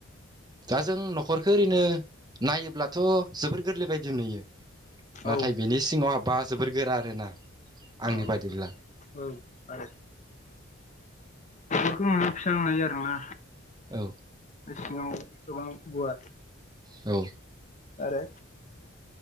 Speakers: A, on the right; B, on the left.
A: दा जों न'खरखो ओरैनो नायोब्लाथ' जोबोर गोरलै बायदि नुयो।
B: औ
A: नाथाय बेनि सिङाव हाबबा जोबोर गोरा आरोना आंनि
B: अ
A: बादिब्ला
B: ओ औ आरो बेफोरखौ माने सोंनाय आरोना
A: औ
B: बे सिङाव गोबां गुवार
A: औ
B: आरो